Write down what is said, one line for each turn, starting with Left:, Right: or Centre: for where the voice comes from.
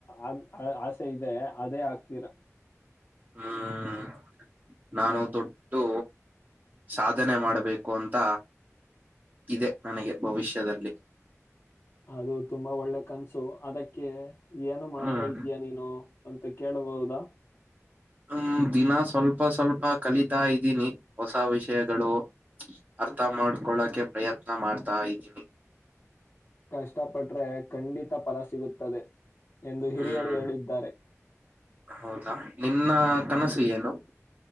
Left: ಅ ಆಸೆ ಇದೆ ಅದೇ ಆಗ್ತೀರ
Right: ಹ್ಮ್ ನಾನು ದೊಡ್ಟ್ಟು ಸಾಧನೆ ಮಾಡ್ಬೇಕು ಅಂತ ಇದೆ ನನಗೆ ಭವಿಷ್ಯದಲ್ಲಿ
Left: ಅದು ತುಂಬಾ ಒಳ್ಳೆ ಕನ್ಸು ಅದಕ್ಕೆ ಏನು ಮಾಡ್ತಾ
Right: ಹ್ಮ್
Left: ಇದಯ ನೀನು ಅಂತ ಕೇಳಬಹುದಾ
Right: ಹ್ಮ ದಿನ ಸ್ವಲ್ಪ ಸ್ವಲ್ಪ ಕಲಿತಾ ಇದ್ದೀನಿ ಹೊಸ ವಿಷಯಗಳು ಅರ್ಥ ಮಾಡ್ಕೊಳಕೆ ಪ್ರಯತ್ನ ಮಾಡ್ತಾ ಇದ್ದೀನಿ
Left: ಕಷ್ಟ ಪಟ್ರೆ ಖಂಡಿತ ಫಲ ಸಿಗುತ್ತೆ ಎಂದು ಹಿರಿಯರು
Right: ಹ್ಮ್
Left: ಹೇಳಿದ್ದಾರೆ
Right: ಹೌದಾ ನಿನ್ನ ಕನಸು ಏನು